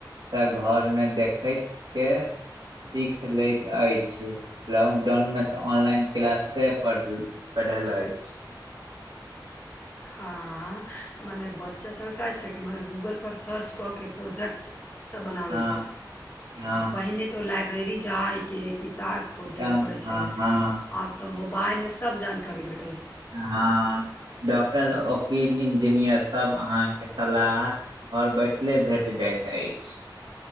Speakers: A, on the right; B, on the left.
A: से घरमे देखैत केँ सीख लैत अछि लॉकडाउन मे तऽ ऑनलाइन क्लास से पढ़ पढ़ल अछि
B: <inaudible> हँ मने बच्चा सभ केँ का छै कि मने गूगल पर सर्च कऽ केँ प्रोजेक्ट सब बनाबै
A: हँ
B: छै आ
A: हँ
B: पहिने तऽ लाइब्रेरी जाइकेँ किताब खोजय
A: हँ
B: पड़ै छलै
A: हँ हँ
B: आब तऽ मोबाइल मे सब जानकारी भेट
A: हँ डॉक्टर ओकील इंजीनियर सभ अहाँकेँ सलाह घर बैठले भेट जाइत अछि